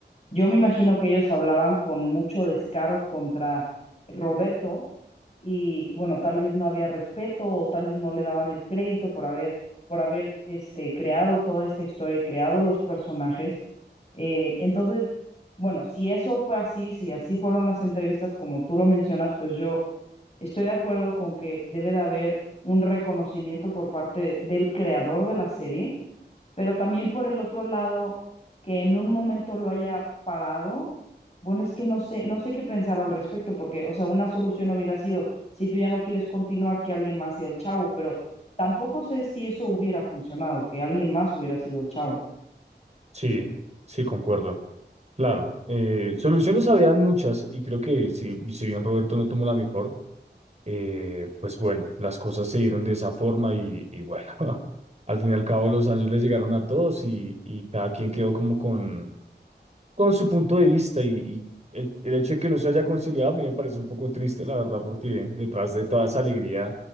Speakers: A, on the left; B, on the right.
A: yo me imagino que ellos hablaban con mucho descaro contra Roberto y bueno, tal vez no había respeto o tal vez no le daban el crédito por haber, por haber este, creado toda esta historia y creado los personajes. Eh, entonces, bueno, si eso fue así, si así fueron las entrevistas como tú lo mencionas, pues yo estoy de acuerdo con que debe de haber un reconocimiento por parte del creador de la serie, pero también por el otro lado, que en un momento lo haya parado, bueno, es que no sé, no sé qué pensar al respecto, porque, o sea, una solución hubiera sido, si tú ya no quieres continuar, que alguien más sea el chavo, pero tampoco sé si eso hubiera funcionado, que alguien más hubiera sido el chavo.
B: Sí, sí, concuerdo. Claro, eh, soluciones habían muchas y creo que si, si bien Roberto no tomó la mejor, eh, pues bueno, las cosas se dieron de esa forma y, y bueno, <laughs> al fin y al cabo los años les llegaron a todos y, y cada quien quedó como con, con su punto de vista y, y el, el hecho de que no se haya conciliado a mí me parece un poco triste, la verdad, porque detrás de toda esa alegría